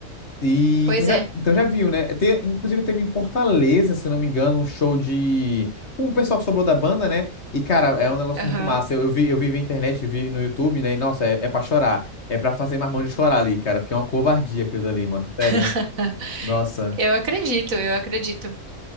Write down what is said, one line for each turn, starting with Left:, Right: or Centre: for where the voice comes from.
Left: E
Right: pois
Left: então já,
Right: é.
Left: então já viu, né? Te- inclusive teve em Fortaleza, se eu não me engano, um show de. com o pessoal que sobrou da banda, né? E, cara, é um negócio
Right: Aham.
Left: muito massa. Eu, eu vi, eu vi na internet, vi no YouTube, né? E, nossa, é, é pra chorar. É pra fazer marmão de chorar ali, cara, porque é uma covardia aquilo ali, mano. Sério.
Right: <laughs>
Left: Nossa.
Right: Eu acredito, eu acredito.